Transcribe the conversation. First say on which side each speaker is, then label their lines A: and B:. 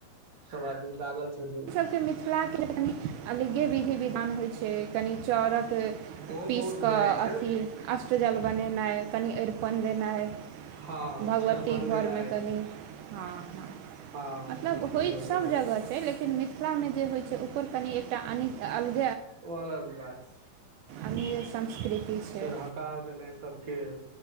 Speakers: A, on the right; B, on the right.
A: सब आदमी लागल छथि
B: हम सभके मिथिलाके कनि अलगे विधि विधान होइ छै कनि चाउरक
A: ओहो
B: पिस
A: बहुत
B: कऽ
A: भऽ जाइ छै
B: अथी अष्टजल बनेनाइ कनी अरपन देनाइ
A: हँ
B: भगवती
A: अरिपण देनाइ
B: घरमे कनि हँ हँ
A: हँ
B: मतलब
A: भगवती
B: होइत
A: गौर देनाइ
B: सभ जगह छै लेकिन लेकिन मिथिला मे जे होइ छै ओकर कनि एकटा अ अ
A: ओ अलग बात छै
B: अन्य संस्कृति छै
A: फेर हकार देनाइ सभके